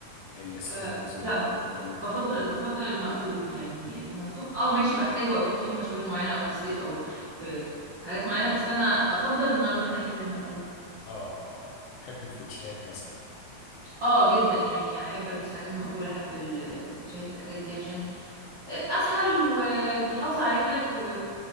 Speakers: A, on the left; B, on the right.
A: السليبرز
B: آه
A: والبنطلون
B: لا ب-
A: وكده
B: بفضل
A: يعني.
B: بفضل المقفول يعني
A: مم.
B: المفتوح اه ماشي بحتاجه اكيد في مشاوير معينه او في الصيف او في حاجات معينه بس انا افضل ان انا اروح ناحيه المقفول
A: اه اه اه بحب الكوتشيهات مثلا
B: اه جدا يعني احب البس حاجات مقفوله احب الكوتشيات الحاجات دي عشان آه، اسهل وبتحافظ على رجلك و